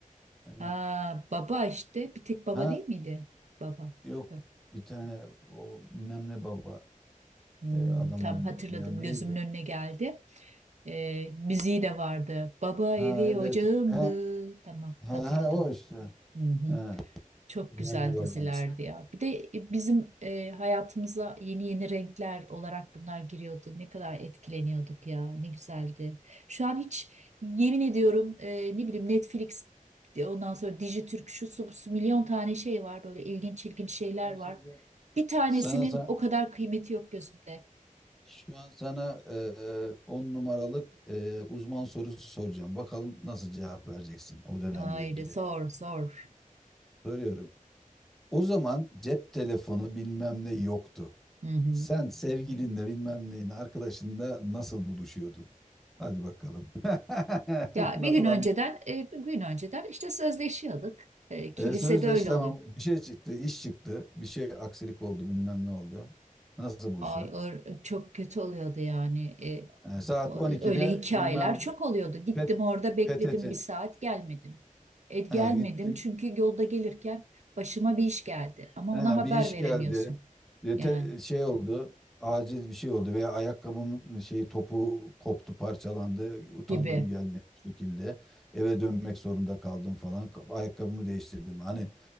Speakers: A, in the centre; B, on the right (about 55°).
A: E,
B: Ha, baba işte bir tek baba
A: ha
B: değil miydi? Baba.
A: yok
B: Yok.
A: bir tane o, bilmem ne baba
B: Hmm,
A: e, adam
B: tam
A: oynuyordu
B: hatırladım
A: ya neydi?
B: gözümün önüne geldi. Ee, müziği de vardı. Baba
A: Ha
B: evi
A: evet.
B: ocağımdı.
A: Ha,
B: Tamam
A: ha,
B: hatırladım.
A: ha, o işte.
B: Hı hı.
A: Ha.
B: Çok
A: Bilmem
B: güzel
A: ne babamız.
B: dizilerdi ya. Bir de e, bizim e, hayatımıza yeni yeni renkler olarak bunlar giriyordu. Ne kadar etkileniyorduk ya. Ne güzeldi. Şu an hiç yemin ediyorum e, ne bileyim Netflix e, ondan sonra Dijitürk şu su, bu su milyon tane şey var. Böyle ilginç ilginç şeyler
A: Sana
B: var.
A: şimdi
B: Bir tanesinin
A: sana, sa-
B: o kadar kıymeti yok gözümde.
A: şu an sana e, on numaralık e, uzman sorusu soracağım. Bakalım nasıl cevap vereceksin o dönemle
B: Haydi
A: ilgili.
B: sor sor.
A: Soruyorum. O zaman cep telefonu bilmem ne yoktu.
B: Hı hı.
A: Sen sevgilinle bilmem neyin arkadaşınla nasıl buluşuyordun? Hadi bakalım. <laughs>
B: Ya
A: Nasıl
B: bir gün önceden e, bir gün önceden işte sözleşiyorduk. E, kilisede
A: E, sözleş
B: öyle
A: tamam
B: oluyor.
A: bir şey çıktı, iş çıktı, bir şey aksilik oldu bilmem ne oldu. Nasıl buluşuyorsun?
B: Ay or- çok kötü oluyordu yani. E,
A: E, saat
B: o-
A: 12'de
B: öyle hikayeler
A: bilmem
B: çok oluyordu. Gittim
A: pet,
B: orada bekledim
A: PTT
B: bir saat gelmedin. E, gelmedim
A: e, gittim
B: çünkü yolda gelirken başıma bir iş geldi. Ama
A: E,
B: ona haber
A: bir iş
B: veremiyorsun
A: geldi. E,
B: yani
A: te- şey oldu acil bir şey oldu veya ayakkabımın şeyi topu koptu parçalandı utandım
B: gibi.
A: gelmeye bir şekilde eve dönmek zorunda kaldım falan ayakkabımı değiştirdim hani